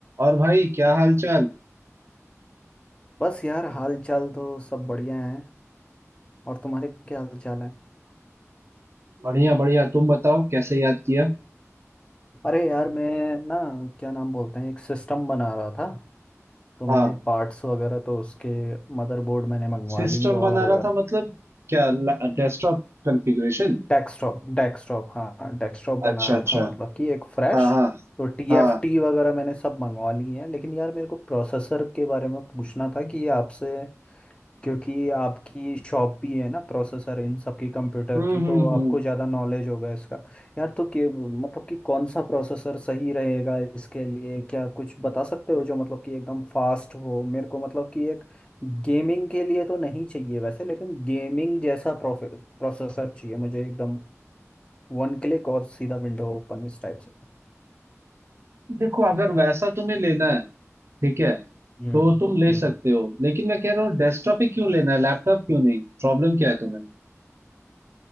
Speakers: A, on the right; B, on the left.
A: और भाई क्या हाल चाल
B: बस यार हाल चाल तो सब बढ़िया है और तुम्हारे क्या हाल चाल है
A: बढ़िया बढ़िया तुम बताओ कैसे याद किया
B: अरे यार मैं ना क्या नाम बोलते हैं एक सिस्टम बना रहा था तो मैंने
A: हाँ
B: पार्ट्स वगैरह तो उसके मदरबोर्ड मैंने मंगवा
A: सिस्टम
B: ली
A: बना
B: और
A: रहा था मतलब क्या Desktop configuration
B: डेस्कटॉप डेस्कटॉप हाँ डेस्कटॉप बना
A: अच्छा
B: रहा
A: अच्छा
B: था मतलब कि एक फ्रेश
A: हाँ हाँ
B: तो टीएफटी
A: हाँ
B: वगैरह मैंने सब मंगवा ली है लेकिन यार मेरे को प्रोसेसर के बारे में पूछना था कि आपसे क्योंकि आपकी शॉप भी है ना प्रोसेसर इन सब की कंप्यूटर
A: हम्म
B: की तो
A: हम्म
B: आपको
A: हम्म
B: ज़्यादा नॉलेज होगा इसका यार तो कि मतलब कि कौन सा प्रोसेसर सही रहेगा इसके लिए क्या कुछ बता सकते हो जो मतलब कि एकदम फास्ट हो मेरे को मतलब कि एक गेमिंग के लिए तो नहीं चाहिए वैसे लेकिन गेमिंग जैसा प्रोसेसर चाहिए मुझे एकदम वन क्लिक और सीधा विंडो ओपन इस टाइप से
A: देखो अगर वैसा तुम्हें लेना है ठीक है तो
B: हम्म
A: तुम ले
B: हम्म
A: सकते हो लेकिन मैं कह रहा हूँ डेस्कटॉप ही क्यों लेना है लैपटॉप क्यों नहीं प्रॉब्लम क्या है तुम्हें